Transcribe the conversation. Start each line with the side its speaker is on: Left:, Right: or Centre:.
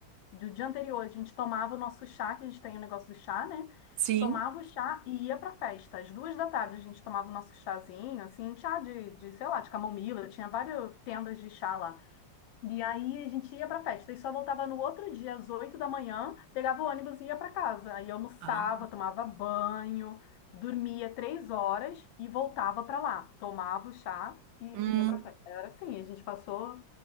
Left: Do dia anterior, a gente tomava o nosso chá, que a gente tem o negócio do chá, né?
Right: Sim.
Left: Tomava o chá e ia pra festa. Às duas da tarde a gente tomava o nosso chazinho, assim, chá de, de, sei lá, de camomila, tinha várias tendas de chá lá. E aí a gente ia pra festa e só voltava no outro dia, às oito da manhã, pegava o ônibus e ia pra casa. Aí almoçava,
Right: Ah.
Left: tomava banho, dormia três horas e voltava pra lá. Tomava o chá e
Right: Hum.
Left: ia pra festa. Era assim, a gente passou,